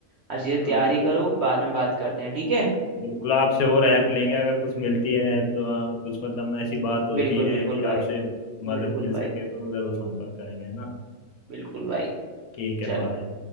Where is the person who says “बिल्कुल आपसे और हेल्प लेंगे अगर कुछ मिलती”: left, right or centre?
Left